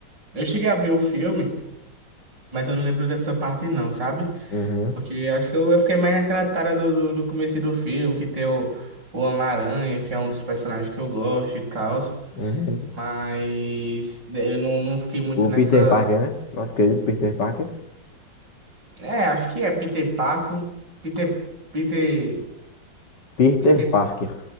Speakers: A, on the right (about 70°); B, on the left (about 65°).
A: Eu cheguei a ver o filme, mas eu não lembro dessa parte, não, sabe?
B: Uhum,
A: Porque eu acho que eu, eu fiquei mais naquela tara do, do, do começo do filme, que tem o, o Homem-Aranha, que é um dos personagens que eu gosto e tal.
B: uhum.
A: Mas eu não, não fiquei muito
B: O
A: nessa.
B: Peter Parker, né? Nosso querido Peter Parker.
A: É, acho que é Peter Paco. Peter. Peter.
B: Peter
A: Peter
B: Parker.